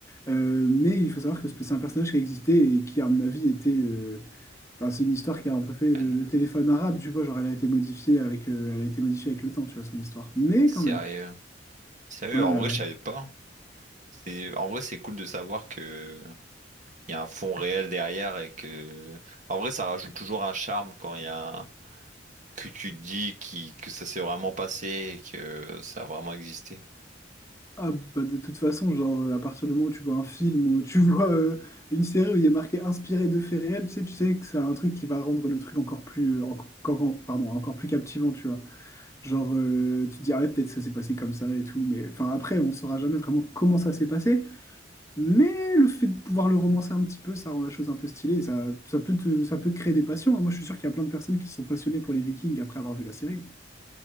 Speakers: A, on the left (about 15°); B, on the right (about 40°).
A: Euh, mais il faut savoir que c'est un personnage qui a existé et qui, à mon avis, était... euh, Enfin, c'est une histoire qui a un peu fait le,
B: Ouais,
A: le téléphone arabe, tu vois, genre, elle a été modifiée avec, euh, elle a été modifiée avec le temps, tu vois, son histoire. Mais
B: sérieux.
A: quand même.
B: Sérieux,
A: Ouais,
B: en
A: ouais,
B: vrai,
A: ouais.
B: je savais pas. C'est, en vrai, c'est cool de savoir que il y a un fond réel derrière et que, en vrai, ça rajoute toujours un charme quand il y a que tu te dis qui, que ça s'est vraiment passé et que ça a vraiment existé.
A: Ah, bah, de toute façon, genre, euh, à partir du moment où tu vois un film ou tu <laughs> vois euh, une série où il est marqué inspiré de faits réels, tu sais, tu sais que c'est un truc qui va rendre le truc encore plus, euh, enco- encore, pardon, encore plus captivant, tu vois. Genre, euh, tu te dis, ah ouais, peut-être ça s'est passé comme ça et tout, mais enfin, après, on saura jamais vraiment comment ça s'est passé, mais le fait de pouvoir le romancer un petit peu, ça rend la chose un peu stylée, et ça, ça peut te, ça peut te créer des passions. hein. Moi, je suis sûr qu'il y a plein de personnes qui se sont passionnées pour les Vikings après avoir vu la série.